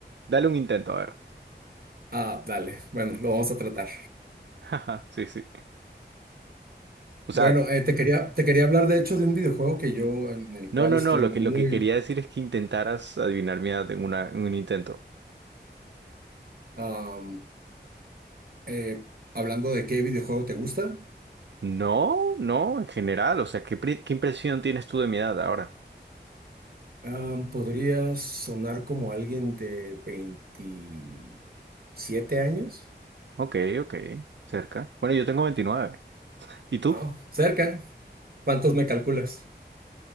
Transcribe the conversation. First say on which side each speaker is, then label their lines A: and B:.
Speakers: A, on the right; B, on the right.
A: dale un intento, a ver.
B: Ah, dale. Bueno, lo vamos a tratar.
A: <laughs> Sí, sí. O sea,
B: Bueno, eh, te quería, te quería hablar de hecho de un videojuego que yo, en el
A: no,
B: cual
A: no,
B: estoy
A: no, lo
B: muy,
A: que, lo que quería decir es que intentaras adivinar mi edad en una, en un intento.
B: am, eh, hablando de qué videojuego te gusta.
A: No, no, en general, o sea, ¿qué, pri- qué impresión tienes tú de mi edad ahora?
B: Ah, podría sonar como alguien de 27 años.
A: Ok, ok, cerca. Bueno, yo tengo veintinueve. ¿Y tú?
B: No, cerca. ¿Cuántos me calculas?